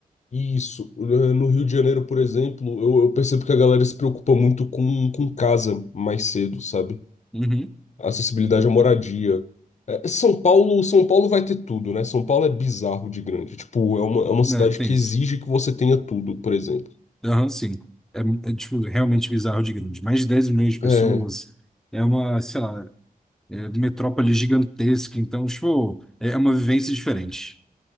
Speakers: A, on the left; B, in the centre.
A: isso. ahn, no Rio de Janeiro, por exemplo, eu, eu percebo que a galera se preocupa muito com, com casa mais cedo, sabe?
B: Uhum.
A: acessibilidade à moradia. É, São Paulo, São Paulo vai ter tudo, né? São Paulo é bizarro de grande. Tipo, é uma, é uma cidade
B: É, tem
A: que
B: isso.
A: exige que você tenha tudo, por exemplo.
B: Aham, sim. É, é, tipo, realmente bizarro de grande. Mais de 10 milhões de pessoas.
A: É,
B: É uma, sei lá, é metrópole gigantesca. Então, tipo, é é uma vivência diferente.